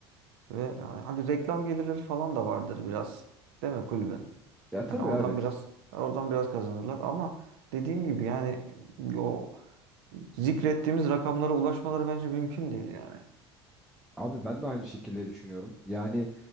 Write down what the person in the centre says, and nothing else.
Ya tabii
evet.
Abi ben de aynı şekilde düşünüyorum. Yani